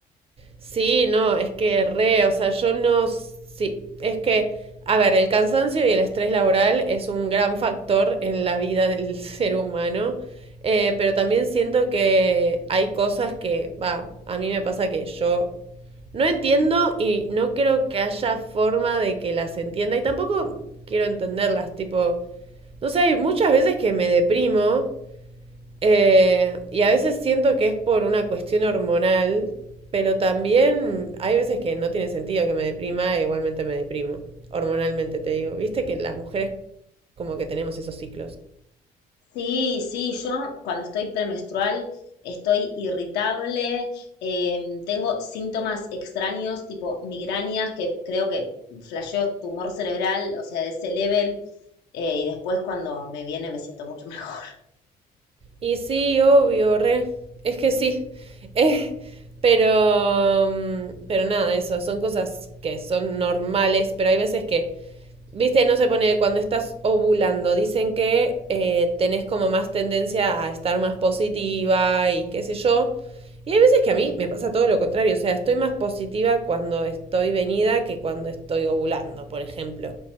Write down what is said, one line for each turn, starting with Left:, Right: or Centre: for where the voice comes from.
Right: Sí, no, es que re, o sea, yo no, sí, es que, a ver, el cansancio y el estrés laboral es un gran factor en la vida del <laughs> ser humano, eh, pero también siento que hay cosas que, va, a mí me pasa que yo no entiendo y no creo que haya forma de que las entienda y tampoco quiero entenderlas, tipo, no sé, hay muchas veces que me deprimo. Eh, y a veces siento que es por una cuestión hormonal, pero también hay veces que no tiene sentido que me deprima, e igualmente me deprimo, hormonalmente te digo. Viste que las mujeres como que tenemos esos ciclos.
Left: Sí, sí, yo cuando estoy premenstrual estoy irritable, em, tengo síntomas extraños tipo migrañas que creo que flasheó tumor cerebral, o sea, ese level, eh, y después cuando me viene me siento mucho <laughs> mejor.
Right: Y sí, obvio, re, es que sí, <laughs> Eh, pero, mm, pero nada, eso, son cosas que son normales, pero hay veces que Viste, no se pone cuando estás ovulando. Dicen que eh, tenés como más tendencia a estar más positiva y qué sé yo. Y hay veces que a mí me pasa todo lo contrario. O sea, estoy más positiva cuando estoy venida que cuando estoy ovulando, por ejemplo.